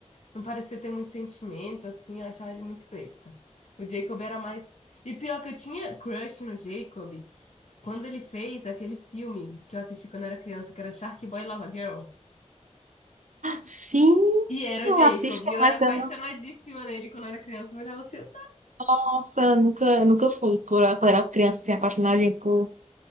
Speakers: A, on the left (about 65°); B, on the right (about 80°).
A: Não parecia ter muito sentimento, assim, eu achava ele muito besta. O Jacob era mais. E pior que eu tinha crush no Jacob quando ele fez aquele filme que eu assisti quando era criança, que era Shark Boy e Lava Girl.
B: Sim,
A: E era
B: eu
A: o Jacob.
B: assisto,
A: E eu
B: mas
A: era apaixonadíssima
B: eu não.
A: nele quando eu era criança. Eu olhava assim, eu-
B: Nossa, eu nunca, eu nunca fui por quando era criança, assim, apaixonadinha por,